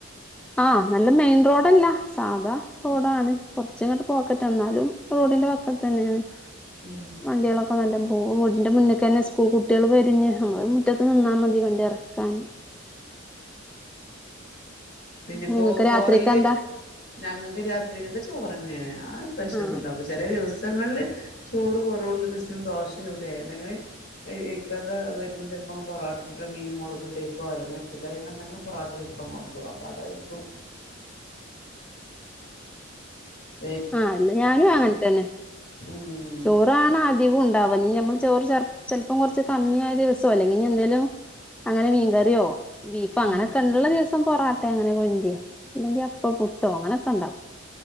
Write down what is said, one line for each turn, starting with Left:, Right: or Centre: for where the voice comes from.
Centre: ആ നല്ല മെയിൻ റോഡല്ലാ സാധാ റോഡാണ് കുറച്ച അങ്ങോട്ട് പോക്കട്ടന്നാലും റോഡിന്റെ വക്കതന്നെയാണ്
Left: ഉം
Centre: വണ്ടികളൊക്കെ നല്ല പോകും എന്റെ മുന്നേക്കന്നെ സ്കൂൾ കുട്ടികൾ വരഞ്ഞ് നമ്മള് മുറ്റത്ത് നിന്നാ മതി വണ്ടി ഇറക്കാൻ
Left: പിന്നെ
Centre: നിങ്ങൾക്ക്
Left: കോ
Centre: രാത്രിക്ക്
Left: കോറിയില്
Centre: എന്താ
Left: ഞങ്ങൾക്ക് രാത്രിലൊക്കെ ചോറന്നേ ആ സ്‌പെഷ്യലുണ്ടാകും
Centre: ആഹ്
Left: ചില ദിവസം പുങ്ങളില് ചോറ് കുറവുള്ള രസം ദോശ ചൂടിയാല അങ്ങനെ ഇക്കക്കെ വരുമ്പോ ഇപ്പ പൊറോട്ടട് മീൻ മുളകിട്ട് വയ്ക്കോ പച്ചക്കറിയൊക്കെ ണ്ടെങ്കിൽ പൊറട്ടേ ചെൽപ്പം കൊണ്ടരും അപ്പോം <unintelligible>
Centre: ആ അല്ല ഞാനും അങ്ങനെ തന്നെ
Left: ഉം
Centre: ചോറാണ് അധികവും അപ്പോ ഇനി നമ്മൾ ചോറ് ചെലപ്പം കുറച്ച് കമ്മിയായ ദിവസോ അല്ലെങ്കൽ ഇനി എന്തേലും അങ്ങനെ മീൻകറിയോ ബീഫോ അങ്ങനൊക്കെ
Left: ഉം
Centre: ഉള്ള ദിവസം പൊറോട്ടെ അങ്ങനെ അല്ലെങ്കി അപ്പ പുട്ടോ അങ്ങനൊക്കെ ഉണ്ടാവും